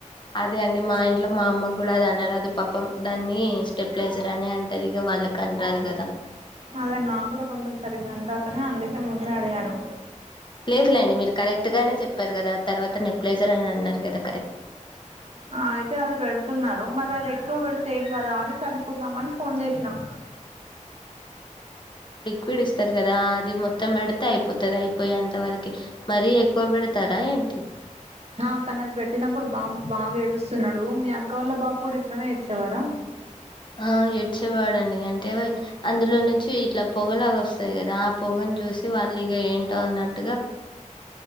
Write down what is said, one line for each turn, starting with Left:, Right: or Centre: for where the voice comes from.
Left: అదే అండి మా ఇంట్లో మా అమ్మ కూడా అది అన్నరాదు పాపం దాన్ని స్టెప్లైజర్ అనే అంటది ఇగ వాళ్ళకని రాదు గదా!
Right: అదే నా కూడా కొంచెం సరిగ్గా ఆనరాదు పక్కనే అందుకే ముందు అడిగాడు
Left: లేదులేండి మీరు కరెక్ట్ గానే చెప్పారు కదా తర్వాత నే ప్లేజ అని అన్నారు కదా
Right: ఆ అయితే అది పెడుతున్నారు మరి అది ఎక్కువ పెడితే ఏం కదా అని కనుకుందామని ఫోన్ చేసిన
Left: పిడిస్తారు కదా అది మొత్తం పెడితే అయి పాతది అయిపోయి అంత వరకు మరీ ఎక్కువ పెడతారా ఏంటి
Right: ఆ అక్క నా పెట్టినప్పుడు బాబు బాగా ఏడుస్తున్నాడు మీ అక్క వాళ్ళ బాబు కూడా ఇట్లనే ఏడ్చేవాడా
Left: ఆ ఏడ్చేవాడండి అంటే అందులో నుంచి ఇట్లా పొగలాగా వస్తాయి కదా ఆ పొగను చూసి వాళ్ళు ఇక ఏంటో అన్నట్టు